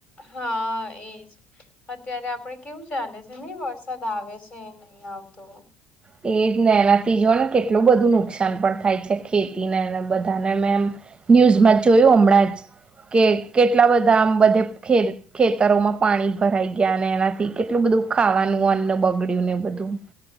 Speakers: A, on the left; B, on the right.
A: હા એજ અત્યારે આપડે કેવું ચાલે છે ને વરસાદ આવે છે નઈ આવતો.
B: એજ ને <unintelligible> કેટલું બધું નુકસાન પણ થાય છે ખેતીને બધાને મેં એમ ન્યૂઝમાં જોયું હમણાં જ કે કેટલા બધા આમ બધેે ખેતરોમાં પાણી ભરાઈ ગયા એનાથી કેટલું બધું ખાવાનું અન્ન બગડ્યું ને બધું